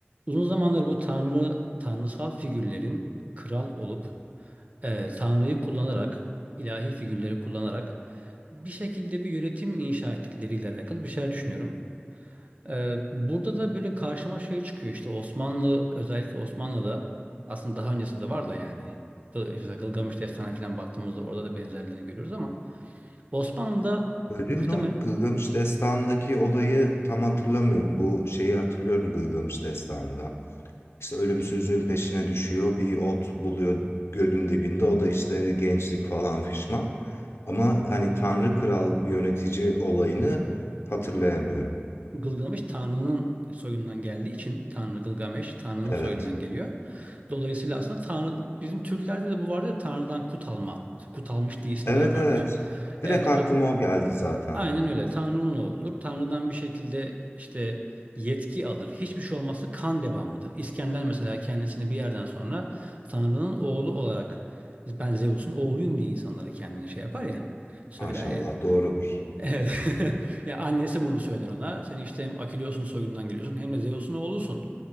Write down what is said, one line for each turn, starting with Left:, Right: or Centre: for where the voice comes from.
Right: Uzun zamandır bu tanrı tanrısal figürlerin kral olup e, tanrıyı kullanarak ilahi figürleri kullanarak bir şekilde bir yönetim inşa ettikleriyle alakalı bir şeyler düşünüyorum. E, burada da böyle karşıma şey çıkıyor işte Osmanlı özellikle Osmanlı'da aslında daha öncesi de var da yani Gıl- mesela Gılgamış Destanı falan baktığımızda orada da benzerlerini görüyoruz ama Osmanlı'da
Left: Bölüyorum.
Right: muhtemelen
Left: Gılgamış Destanı'ndaki olayı tam hatırlamıyorum. Bu şeyi hatırlıyorum Gılgamış Destanı'nda. İşte ölümsüzlüğün peşine düşüyor. Bir ot buluyor gölün dibinde. O da işte gençlik falan fişman. Ama hani Tanrı Kral yönetici olayını hatırlayamıyorum.
Right: Gılgamış Tanrı'nın soyundan geldiği için Tanrı Gılgameş Tanrı'nın
Left: Evet.
Right: soyundan geliyor. Dolayısıyla aslında Tanrı bizim Türklerde de bu vardır ya, Tanrı'dan kut alma. Kut almış diye isimler
Left: Evet
Right: vardır.
Left: evet.
Right: Evet
Left: Direkt aklıma
Right: o
Left: o geldi zaten.
Right: aynen öyle Tanrı'nın ne olur? Tanrı'dan bir şekilde işte yetki alır. Hiçbir şey olmazsa kan devamıdır. İskender mesela kendisini bir yerden sonra Tanrı'nın oğlu olarak ben Zeus'un oğluyum diye insanlara kendini şey yapar ya söyler
Left: Maşallah
Right: ya.
Left: doğrudur.
Right: Evet. <laughs> Ya annesi bunu söyler ona. Sen işte hem Akileus'un soyundan geliyorsun hem de Zeus'un oğlusun.